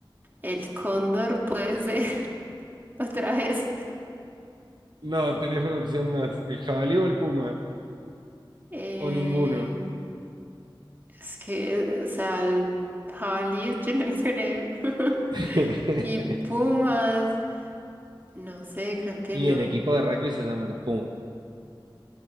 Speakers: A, on the right (about 25°); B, on the right (about 55°).
A: el cóndor puede ser <laughs> otra vez.
B: No, tenés una opción más, el jabalí o el puma,
A: Eh,
B: o ninguno.
A: es que, o sea, el jabalí yo no creo. <laughs>
B: <laughs>
A: Y pumas, no sé, creo que
B: Y
A: no.
B: el equipo de rugby se llama los Pumas.